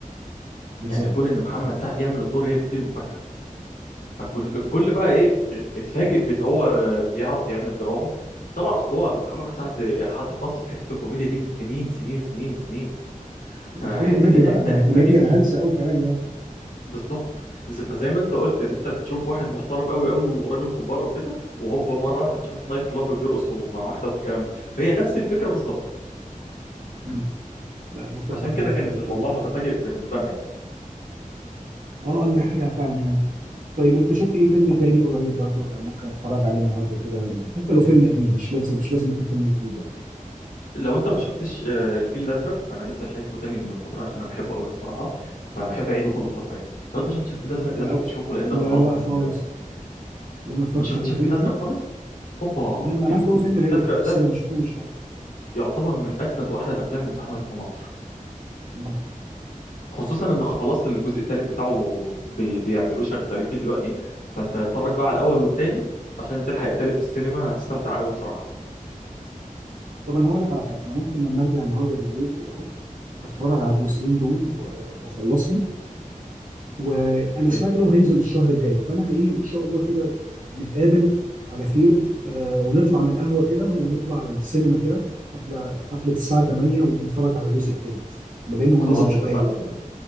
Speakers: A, on the right (about 70°); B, on the left (about 75°).
A: بالظبط
B: يعني كون ان محمد
A: اه
B: سعد يعمل الدور هي دي المفاجاه فكل الكل بقى ايه اتفاجئ بان هو بيعرف يعمل دراما طبعا اصل هو محمد سعد حاطط نفسه في حته الكوميديا دي من سنين سنين سنين سنين فحته
A: ومش اي كوميديا
B: ان
A: بقى
B: احنا
A: ده
B: نتفاجئ
A: كوميديا
B: بيه
A: هلسه قوي كمان يعني
B: بالظبط ز- فزي ما انت قلت ان انت تشوف واحد محترم قوي قوي وراجل كبارة وكده وهوبا مره واحده تشوفه في نايت كلاب بيرقص مع واحده والكلام ده فهي نفس الفكره بالظبط
A: مم. لا متفق
B: عشان كده
A: معاك
B: كانت
A: في الحته
B: الموضوع
A: دي
B: متفاجئ بالنسبه لنا يعني
A: اه انا دي حقيقه فعلا يعني طيب انت شفت ايه فيلم تاني قريب برضو أنا ممكن اتفرج عليه النهارده كده يعني حتى لو فيلم قديم مش لازم مش لازم يكون فيلم جديد يعني
B: لو انت ما شفتش آه، الفيل الازرق انا لسه شايفه تاني من فتره عشان انا بحبه قوي بصراحه فبحب اعيده كل فتره يعني لو انت شفتش الفيل الازرق
A: الاول
B: لازم تشوفه لان
A: لا
B: ده خلاص
A: لا خالص
B: ال...
A: لا ما اتفرجتش
B: ما شفتش
A: عليه فيلم
B: الفيل الازرق
A: حلو
B: خالص هوبا
A: لا
B: ده
A: لا انا
B: الفيل
A: عارف إن هو فيلم
B: الفيل
A: ناجح
B: الازرق
A: في السينما
B: ده
A: ما شفتوش لا
B: يعتبر من اجمد واحلى الافلام اللي اتعملت في مصر
A: مم.
B: خصوصا ان خلاص الجزء الثالث بتاعه بي- بيعملوه شغالين فيه دلوقتي فانت اتفرج بقى على الاول والثاني عشان تلحق الثالث في السينما هتستمتع قوي بصراحة
A: طب انا هقول لك على حاجه انا ممكن لما ارجع النهارده بالليل كده اهو اتفرج على الجزئين دول و- واخلصهم وانا
B: اوكي
A: سمعت لو هينزل الشهر الجاي فانا ايه ان شاء الله كده نتقابل على خير آه ونطلع من القهوه كده ونطلع على السينما كده حفله حفله الساعه 8 ونتفرج على الجزء الثالث بما انه هو
B: خلاص
A: نزل الجاي
B: اتفقنا
A: والوقت